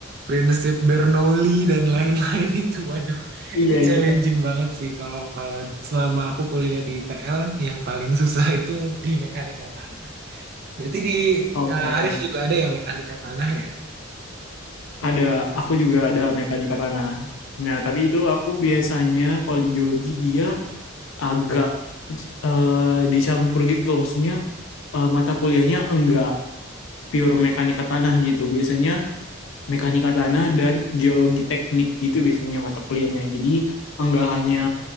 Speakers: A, on the right; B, on the left.
A: Prinsip Bernoulli dan lain-lain <laughs> itu waduh
B: iya
A: itu challenging
B: iya
A: banget sih kalau kalau selama aku kuliah di TL yang paling susah itu di mekanika tanah. Berarti di
B: Oke,
A: Kak Arif juga ada ya mekanika tanah ya?
B: ada aku juga ada mekanika tanah. Nah, tapi itu aku biasanya kalau di geologi dia agak eh, dicampur gitu loh. Maksudnya eh, mata kuliahnya enggak pure mekanika tanah gitu. Biasanya mekanika tanah dan geologi teknik gitu biasanya mata kuliahnya. Jadi enggak hanya